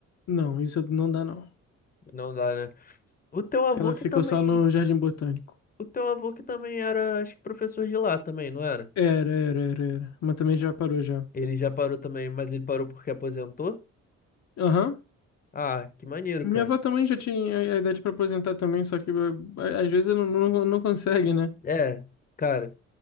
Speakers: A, on the left (about 60°); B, on the left (about 30°).
A: Não, isso não dá, não.
B: Não dá, né? O teu avô
A: Ela
B: que
A: ficou
B: também.
A: só no Jardim Botânico.
B: O teu avô que também era, acho que professor de lá também, não era?
A: Era, era, era, era. Mas também já parou já.
B: Ele já parou também, mas ele parou porque aposentou?
A: Aham.
B: Ah, que maneiro,
A: Minha
B: cara.
A: avó também já tinha a a idade pra aposentar também, só que eh, a- às vezes não, não, não consegue, né?
B: É, cara,